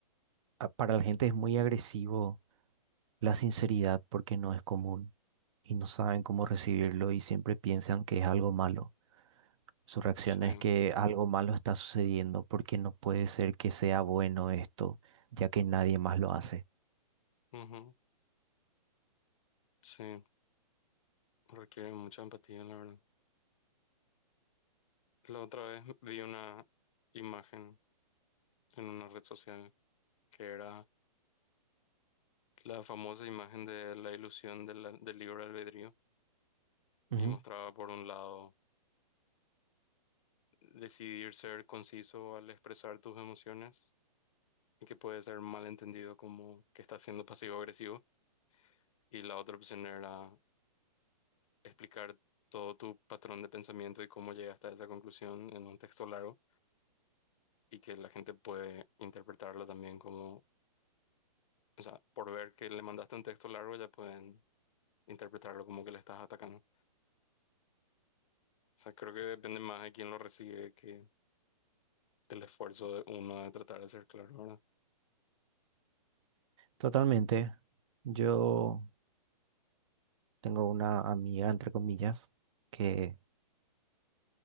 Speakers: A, on the right; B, on the left.
A: a- para la gente es muy agresivo la sinceridad porque no es común y no saben cómo recibirlo y siempre piensan que es algo malo. Su reacción
B: Sí.
A: es que algo malo está sucediendo porque no puede ser que sea bueno esto, ya que nadie más lo hace.
B: Ujú. Sí, requiere mucha empatía, la verdad. La otra vez vi una imagen en una red social que era La famosa imagen de la ilusión de la- del libre albedrío y
A: Ujú.
B: mostraba por un lado decidir ser conciso al expresar tus emociones y que puede ser malentendido como que estás siendo pasivo-agresivo y la otra opción era explicar todo tu patrón de pensamiento y cómo llegaste a esa conclusión en un texto largo y que la gente puede interpretarlo también como, o sea, por ver que le mandaste un texto largo ya pueden interpretarlo como que le estás atacando. O sea, creo que depende más de quién lo recibe que el esfuerzo de uno de tratar de ser claro, ¿verdad?
A: Totalmente. Yo tengo una amiga, entre comillas, que